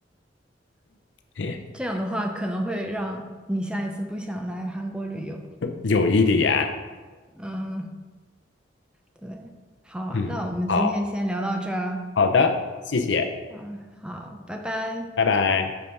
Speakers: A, on the left; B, in the centre.
A: <laughs>
B: 这样的话可能会让你下一次不想来韩国旅游，
A: 有一点，
B: 嗯。对，好啊，
A: <laughs>
B: 那我们今天先聊到这儿
A: 嗯，好好的，谢谢，
B: 啊，好，拜拜。
A: 拜拜。